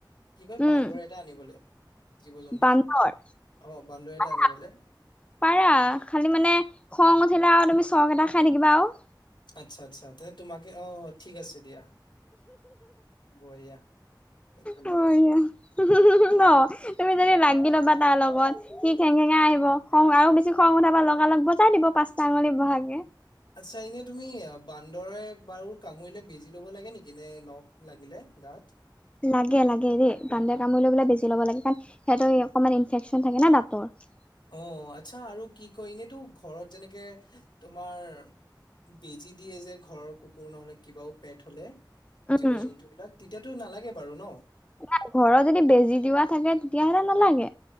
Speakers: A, on the left; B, on the left.
A: কি কয়
B: উম
A: বান্দৰ এটা আনিবলে। জীৱ জন্তুটো
B: বান্দৰ?
A: অ বান্দৰ এটা
B: <inaudible>
A: আনিবলে
B: পাৰা খালি মানে খং উঠিলে আৰু তুমি চৰ কেতা খাই থাকিবা আৰু।
A: আচ্ছা -আচ্ছা তেনে তোমাকে অহ ঠিক আছে দিয়া। বঢ়িয়া একো নাই।
B: বঢ়িয়া <unintelligible> ন'। তুমি যদি লাগি ল'বা তাৰ লগত সি খেং খেঙা আহিব খং আৰু বেছি খং উঠাবা লগাল লগ বজাই দিব পাচঁ। <unintelligible> চাঙলী বহাগে।
A: আচ্ছা এনে তুমি বান্দৰে। বাৰু কামুৰিলে বেজি ল'ব লাগে নেকি নে নখ লাগিলে গাত।
B: লাগে লাগে দেই বান্দৰে কামুৰিলে বোলে বেজি ল'ব লাগে কাৰণ সিহত অকণমান ইনফেকশ্যন থাকে না দাঁতৰ। <unintelligible>
A: অ আচ্ছা আৰু কি কয় এনেইতো ঘৰত যেনেকে তোমাৰ। বেজি দিয়ে যে ঘৰৰ কুকুৰ নহলে কিবাও পেট হলে।
B: উম
A: জীৱ জন্তু বিলাক তেতিয়াতো নালাগে বাৰু ন।
B: নাই ঘৰত যদি বেজি দিয়া থাকে তেতিয়াাহলে নালাগে।